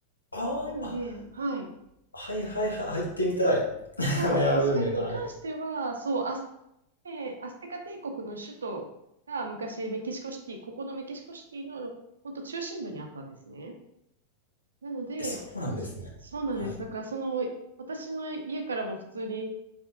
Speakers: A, on the left (about 80°); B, on the right (about 70°).
A: ああ、
B: なので、
A: あ、
B: はい。
A: はいはいはい、<laughs> 入ってみたい。
B: そう、
A: <laughs> マヤ文明のあれ。
B: だからそれに関しては、そう、アス、ねえーアステカ帝国の首都が昔メキシコシティ、ここのメキシコシティの本当中心部にあったんですね。なので、
A: え、そうなんですね。
B: そそうなんです。
A: はい。
B: だからその、私の家からも普通に、